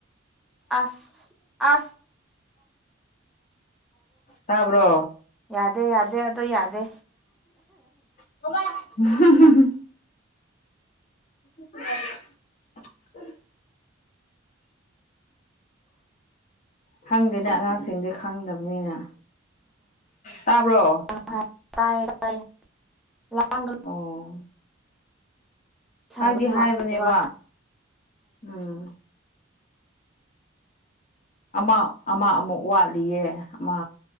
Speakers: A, in the centre; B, on the left.
A: ꯑꯁ ꯑꯁ
B: ꯇꯥꯕ꯭ꯔꯣ
A: ꯌꯥꯗꯦ ꯌꯥꯗꯦ ꯑꯗꯣ ꯌꯥꯗꯦ
B: <unintelligible> <unintelligible> ꯈꯪꯗꯦꯅꯦ ꯑꯉꯥꯡꯁꯤꯡꯗꯤ ꯈꯪꯗꯕꯅꯤꯅ ꯇꯥꯕ꯭ꯔꯣ
A: ꯀꯥꯏ ꯇꯥꯏ ꯇꯥꯢꯌꯦ ꯂꯥꯡ
B: ꯑꯣ
A: ꯁꯥꯟꯅꯕ
B: ꯍꯥꯏꯗꯤ
A: ꯅꯨꯡꯉꯥꯏꯇꯦꯕ
B: ꯍꯥꯏꯕꯅꯦꯕ ꯎꯝ ꯑꯃ ꯑꯃ ꯑꯃꯨꯛ ꯋꯥꯠꯂꯤꯌꯦ ꯑꯃ